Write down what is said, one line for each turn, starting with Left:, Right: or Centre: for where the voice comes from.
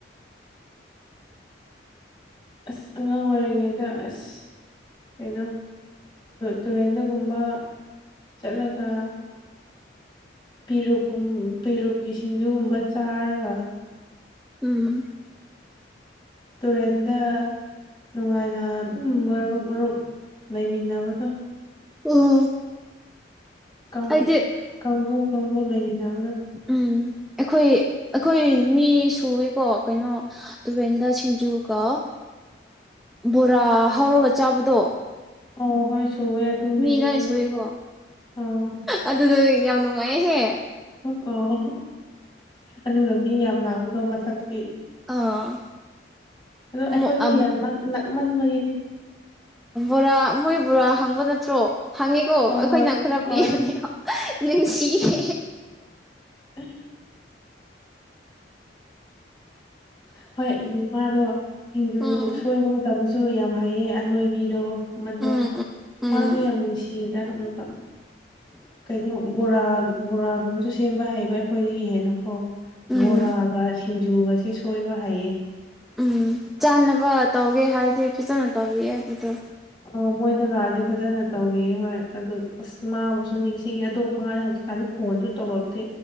Left: ꯑꯁ ꯑꯉꯥꯡ ꯑꯣꯏꯔꯤꯉꯩꯗ ꯑꯁ ꯀꯩꯅꯣ ꯇꯨꯔꯦꯟꯗꯒꯨꯝꯕ ꯆꯠꯂꯒ ꯄꯦꯔꯛꯨꯝ ꯄꯦꯔꯛꯀꯤ ꯁꯤꯡꯖꯨꯒꯨꯝꯕ ꯆꯥꯔꯒ
Centre: ꯎꯝ
Left: ꯇꯨꯔꯦꯟꯗ ꯅꯨꯡꯉꯥꯏꯅ ꯑꯗꯨꯝ ꯃꯔꯨꯞ ꯃꯔꯨꯞ ꯂꯩꯃꯤꯟꯅꯕꯗ
Centre: ꯎꯝ
Left: ꯀꯥꯡ
Centre: ꯑꯩꯗꯤ
Left: ꯀꯥꯡꯕꯨ ꯀꯥꯡꯕꯨ ꯂꯩꯃꯤꯟꯅꯕꯗꯣ
Centre: ꯎꯝ ꯑꯩꯈꯣꯏ ꯑꯩꯈꯣꯏ ꯃꯤ ꯁꯨꯒꯦꯀꯣ ꯀꯩꯅꯣ ꯇꯨꯔꯦꯟꯗ ꯁꯤꯡ ꯑꯗꯨꯒ ꯕꯣꯔꯥ ꯍꯧꯔꯒ ꯆꯥꯕꯗꯣ
Left: ꯑꯣ ꯍꯣꯏ ꯁꯨꯋꯦ ꯑꯗꯨ ꯃꯤꯟ
Centre: ꯃꯤ
Left: ꯅꯨꯃꯤꯠ
Centre: ꯑꯗꯨꯥꯏꯅ ꯁꯨꯏꯀꯣ
Left: ꯑꯣ
Centre: ꯑꯗꯨꯗꯣ ꯌꯥꯝ ꯅꯨꯡꯉꯥꯏꯌꯦꯍꯦ
Left: ꯑꯣ ꯑꯗꯨꯒ ꯃꯤ ꯌꯥꯝ ꯂꯥꯛꯄꯗꯣ ꯃꯊꯛꯇꯒꯤ
Centre: ꯑꯥ
Left: ꯑꯗꯣ ꯑꯩꯈꯣꯏꯁꯨ
Centre: ꯃ ꯑ
Left: ꯌꯥꯝ ꯅꯛ ꯅꯛꯃꯟꯕꯒꯤꯅꯤ
Centre: ꯣꯔ ꯃꯣꯏ ꯕꯣꯔꯥ ꯍꯪꯕ ꯅꯠꯇ꯭ꯔꯣ ꯍꯪꯉꯤꯀꯣ
Left: ꯑꯣ
Centre: ꯑꯩꯈꯣꯏꯅ
Left: ꯍꯣꯏ
Centre: ꯈꯔ
Left: ꯍꯣꯏ
Centre: ꯄꯤꯕꯅꯤꯣ ꯅꯨꯡꯁꯤꯌꯦ
Left: <unintelligible> ꯍꯣꯏ ꯃꯥꯗꯣ ꯁꯤꯡꯖꯨ
Centre: ꯎꯝ
Left: ꯁꯣꯏꯕ ꯃꯇꯝꯗ ꯁꯨ ꯌꯥꯝ ꯍꯩꯌꯦ ꯑꯅꯣꯏꯕꯤꯗꯣ ꯃꯗꯣ
Centre: ꯎꯝ ꯎꯝ
Left: ꯃꯥꯁꯨ ꯌꯥꯝ ꯅꯨꯡꯁꯤꯌꯦꯗ ꯑꯃꯨꯀ ꯀꯩꯅꯣ ꯕꯣꯔꯥ ꯕꯣꯔꯥꯒꯨꯝꯕꯁꯨ ꯁꯦꯝꯕ ꯍꯩꯕ ꯑꯩꯈꯣꯏꯗꯒꯤ ꯍꯦꯟꯅꯀꯣ
Centre: ꯎꯝ
Left: ꯕꯣꯔꯥꯒ ꯁꯤꯡꯖꯨꯒꯁꯦ ꯁꯣꯏꯕ ꯍꯥꯏꯩꯌꯦ
Centre: ꯎꯝ ꯆꯥꯅꯕ ꯇꯧꯒꯦ ꯍꯥꯏꯔꯗꯤ ꯐꯖꯅ ꯇꯧꯕꯤꯑꯦ ꯑꯗꯨꯗꯣ
Left: ꯑꯣ ꯃꯣꯏꯗ ꯂꯥꯛꯑꯗꯤ ꯐꯖꯅ ꯇꯧꯋ ꯍꯣꯏ ꯑꯗꯨ ꯑꯁ ꯃꯥꯕꯨꯁꯨ ꯅꯤꯡꯁꯤꯡꯉꯤ ꯑꯗꯨ ꯃꯥ ꯍꯧꯖꯤꯛ ꯀ ꯀꯥꯟꯗ ꯐꯣꯟꯁꯨ ꯇꯧꯔꯛꯇꯦ